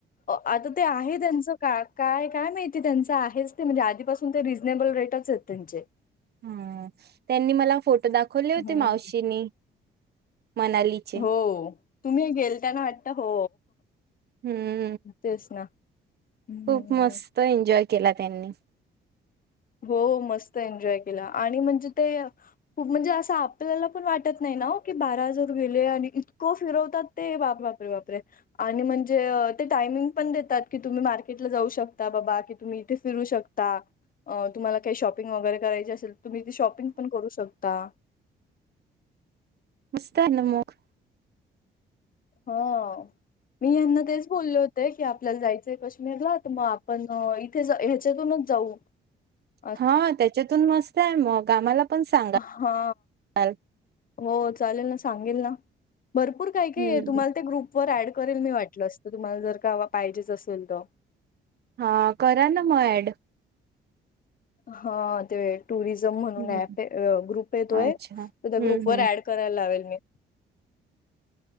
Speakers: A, on the left; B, on the right.
A: आता ते आहे त्यांचं का काय काय माहिती त्यांच आहेच ते म्हणजे आधीपास पण ते रिजनेबल रेटच आहेत त्यांचे
B: हम्म त्यांनी मला फोटो दाखवले होते
A: हम्म
B: मावशीने मनालीचे
A: हो तुम्ही गेल त्यांना वाटत हो
B: हम्म
A: तेच ना हम्म
B: खूप मस्त एन्जॉय केला त्यांनी
A: हो मस्त एन्जॉय केला आणि म्हणजे ते खूप म्हणजे असं आपल्याला पण वाटत नाही ना की बाराहजार गेले आणि इतकं फिरवतात. ते वापरे वापरे वापरे आणि म्हणजे ते टायमिंग पण देतात की तुम्ही मार्केट ला जाऊ शकता बाबा की तुम्ही येथे फिरू शकता. अ तुम्हाला काही शॉपिंग वगैरे करायची असेल तर तुम्ही ती शॉपिंग पण करू शकता
B: मस्त आहे ना मग.
A: हो मी ह्यांना तेच बोलले होते की आपल्याला जायचंय कश्मीरला तर मग आपण इथे ह्याच्यातूनच जाऊ. <inaudible>
B: हा त्याच्यातून मस्त आहे मग आमाला पण सांगाल
A: हा हो चालेल ना सांगेल ना भरपूर काय काही
B: हम्म
A: येत ते ग्रुपर ऍड करेल मी वाटलं असतं तुम्हाला जर का पाहिजेच असेल तर.
B: हा करा ना म ऍड.
A: हा ते टुरिजम म्हणून
B: हम्म.
A: ऍप आहे अ ग्रुप येतोय
B: अच्छा
A: तर
B: हम्म
A: त्या ग्रुप व
B: हम्म
A: ऍड करायला लावेल मी.